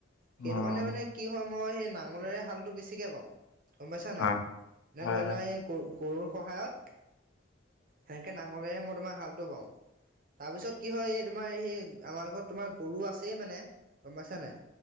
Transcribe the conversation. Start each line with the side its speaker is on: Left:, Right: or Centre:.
Right: সেইটো
Left: উম,
Right: কাৰণে মানে। কি হয় মই সেই নাঙলেৰে হালতটো বেছিকে পাও গম পাইছা নাই,
Left: হয়
Right: এনে
Left: হয়
Right: ধৰি
Left: হয়
Right: লোৱা সেই। গৰুৰ সহায়ত। সেনেকে নাঙলেৰে মই তোমাৰ হালটো বাওঁ। তাৰপিছত কি হয় এই। তোমাৰ সেই আমাৰ ঘৰত তোমাৰ গৰু আছেই মানে গম পাইছা নাই।